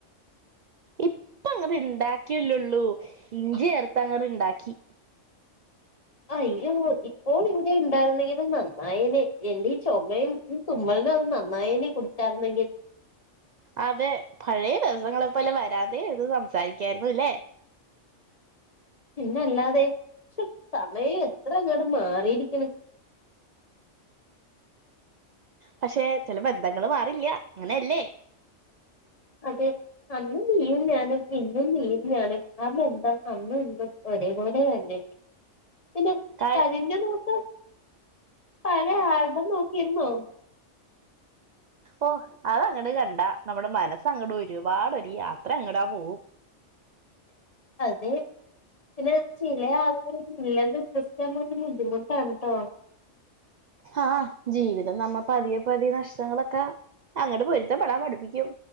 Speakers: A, on the right (about 65°); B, on the left (about 30°).
A: ഇപ്പ അങ്ങട് ഇണ്ടാ ക്കി ല്ലേല്ലുള്ളൂ. ഇഞ്ചി ചേർത്ത് അങ്ങട് ണ്ടാകി ഇ
B: അയ്യോ ഇപ്പോൾ ഇവിടെ ഉണ്ടായിരുന്നെങ്കില് നന്നായേനെ എന്റെ ഈ ചുമയും തുമ്മളിന് ഒന്ന് നന്നായേനെ കുടിച്ചായിരുന്നെങ്കിൽ.
A: അതെ പഴയ ദിവസങ്ങളിപ്പോലെ വരാന്തെ ഇരുന്ന് സംസാരിക്കായിരുന്നുല്ലേ
B: പിന്ന അല്ലാതെ ക്ഷെ സമയം എത്ര അങ്ങട് മാറിയിരിക്ക്ണ്.
A: പക്ഷെ ചില ബന്ധങ്ങള് മാ ഇല്ല അങ്ങനെയല്ലേ?
B: അതെ അന്ന് നീയും ഞാനും പി <unintelligible> നീയും ഞാനും നാം എന്താ അന്നും ഇന്നും ഒരേപോലെ അല്ലെ പിന്നെ
A: ക
B: കരുഞ്ഞ നോക്കൂ പഴയ ആൽബം നോക്കിയിരുന്നോ?
A: ഓ അത് അങ്ങട് കണ്ടാ നമ്മുടെ മനസ്സങ്ങട് ഒരുപാട് ഒരു യാത്ര അങ്ങടാ പോവും.
B: അതെ പിന്ന ചില <unintelligible> ബുദ്ധിമുട്ടാണ് ട്ടോ
A: ആ ജീവിതം നമ്മപ്പതിയെ പ്പതിയ നഷ്ടങ്ങളൊക്കെ അങ്ങട് പൊരുത്തപ്പെടാൻ പഠിപ്പിക്കും.